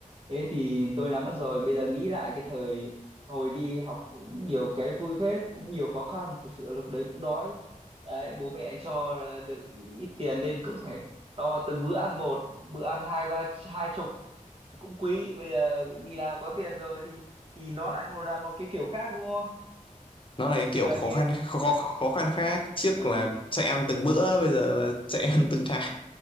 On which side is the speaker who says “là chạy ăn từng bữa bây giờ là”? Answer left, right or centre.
Left